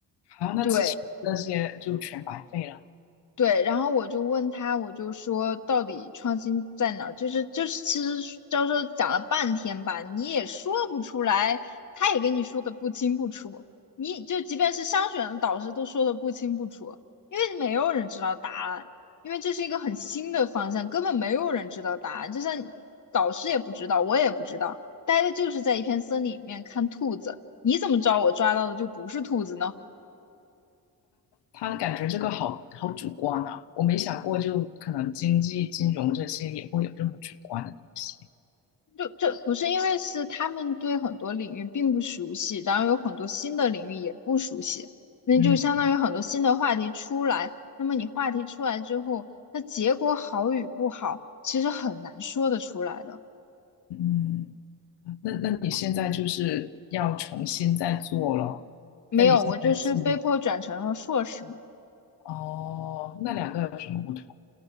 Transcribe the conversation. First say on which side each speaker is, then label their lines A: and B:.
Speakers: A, on the left (about 80°); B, on the left (about 45°).
A: 好，那之前那些就全白费了。
B: 对。对，然后我就问他，我就说到底创新在哪儿？就是就是，其实教授讲了半天吧，你也说不出来，他也跟你说的不清不楚，你就即便是商学院的导师都说的不清不楚，因为没有人知道答案，因为这是一个很新的方向，根本没有人知道答案，就像导师也不知道，我也不知道，待的就是在一片森林里面看兔子，你怎么知道我抓到的就不是兔子呢？
A: 他感觉这个好好主观啊，我没想过，就可能经济、金融这些也会有这么主观的东西。
B: 就就不是因为是他们对很多领域并不熟悉，然后有很多新的领域也不熟悉，那就相当于很多新的话题出来。
A: 嗯
B: 那么你话题出来之后，那结果好与不好，其实很难说得出来的。
A: 嗯，那那你现在就是要重新再做咯？
B: 没有，
A: 那你现在记录
B: 我就是被迫转成了硕士嘛。
A: 哦，那两个有什么不同？